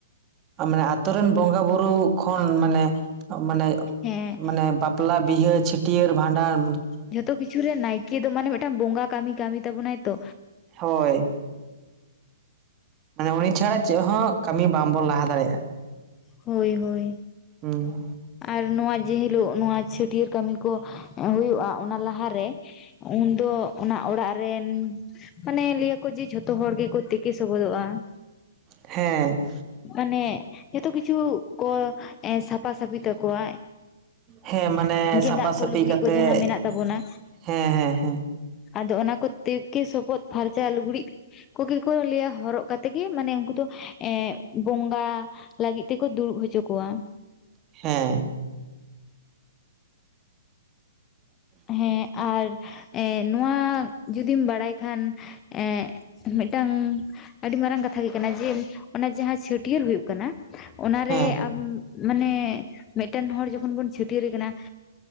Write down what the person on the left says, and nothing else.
ᱦᱮᱸ
ᱡᱷᱚᱛᱚ ᱠᱤᱪᱷᱩ ᱨᱮ ᱱᱟᱭᱠᱮ ᱫᱚ ᱢᱟᱱᱮ ᱢᱤᱫᱴᱟᱝ ᱵᱚᱸᱜᱟ ᱠᱟᱹᱢᱤ ᱠᱟᱹᱢᱤ ᱛᱟᱵᱚᱱᱟᱭ ᱛᱚ᱾
ᱦᱳᱭ ᱦᱳᱭ।
ᱟᱨ ᱱᱚᱣᱟ ᱡᱮ ᱦᱤᱞᱳᱜ ᱱᱚᱣᱟ ᱪᱷᱟᱹᱴᱭᱟᱹᱨ ᱠᱟᱹᱢᱤ ᱠᱚ ᱦᱳᱭᱳᱜᱼᱟ ᱚᱱᱟ ᱞᱟᱦᱟᱨᱮ ᱩᱱᱫᱚ ᱚᱱᱟ ᱚᱲᱟᱜ ᱨᱮᱱ ᱢᱟᱱᱮ ᱞᱟᱹᱭᱟᱠᱚ ᱡᱮ ᱡᱷᱚᱛᱚ ᱦᱚᱲ ᱜᱮᱠᱚ ᱛᱮᱠᱮ ᱥᱚᱵᱚᱫᱚᱜᱼᱟ ᱾
ᱢᱟᱱᱮ ᱡᱷᱚᱛᱚ ᱠᱤᱪᱷᱩ ᱠᱚ ᱮᱸ ᱥᱟᱯᱷᱟ ᱥᱟᱯᱷᱤ ᱛᱟᱠᱚᱣᱟ᱾
ᱜᱮᱸᱫᱟᱜ
ᱠᱚ
ᱞᱩᱜᱽᱲᱤ
ᱠᱚ ᱡᱟᱦᱟᱸ ᱢᱮᱱᱟᱜ ᱛᱟᱵᱚᱱᱟ
ᱟᱫᱚ ᱚᱱᱟ ᱠᱚ ᱛᱮᱠᱮ ᱥᱚᱵᱚᱫ ᱯᱷᱟᱨᱪᱟ ᱞᱩᱜᱽᱲᱤ ᱠᱚᱜᱮ ᱠᱚ ᱞᱟᱹᱭᱟ ᱦᱚᱨᱚᱜ ᱠᱟᱛᱮᱜ ᱜᱮ ᱢᱟᱱᱮ ᱩᱱᱠᱩ ᱫᱚ ᱮᱸᱜ ᱵᱚᱸᱜᱟ ᱞᱟᱹᱜᱤᱫ ᱛᱮᱠᱚ ᱫᱩᱲᱩᱵ ᱦᱚᱪᱚ ᱠᱚᱣᱟ᱾
ᱦᱮᱸ ᱟᱨ ᱮᱸᱜ ᱱᱚᱣᱟ ᱡᱩᱫᱤᱢ ᱵᱟᱲᱟᱭ ᱠᱷᱟᱱ ᱮᱸᱜ ᱢᱤᱫᱴᱟᱝ ᱟᱹᱰᱤ ᱢᱟᱨᱟᱝ ᱠᱟᱛᱷᱟ ᱜᱮ ᱠᱟᱱᱟ ᱡᱮ ᱚᱱᱟ ᱡᱟᱦᱟᱸ ᱪᱷᱟᱹᱴᱭᱟᱹᱨ ᱦᱩᱭᱩᱜ ᱠᱟᱱᱟ ᱚᱱᱟᱨᱮ
ᱟᱢ ᱢᱟᱱᱮ ᱢᱮᱫᱴᱮᱱ ᱦᱚᱲ ᱡᱚᱠᱷᱚᱱ ᱵᱚᱱ ᱪᱷᱟᱹᱴᱭᱟᱹᱨᱮ ᱠᱟᱱᱟ᱾